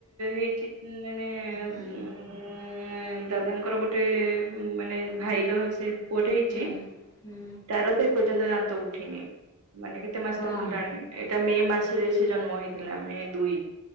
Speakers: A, on the right; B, on the left.
A: ହେଇଛି ମାନେ
B: ହୁଁ
A: ଉଁ
B: ଉଁ
A: ଦାଦାଙ୍କର ଗୋଟେ ମାନେ ଭାଇର ସେ ପୁଅ ଟେ ହେଇଛି
B: ହୁଁ ହୁଁ
A: ତାର ତ, ଏ ପର୍ଯ୍ୟନ୍ତ ଦାନ୍ତ ଉଠିନି। ମାନେ କେତେ ମାସ
B: ହଁ
A: ତାକୁ ହେଲାଣି? ଏଇଟା ମେ ମାସରେ ସେ ଜନ୍ମ ହେଇଥିଲା ମେ ଦୁଇ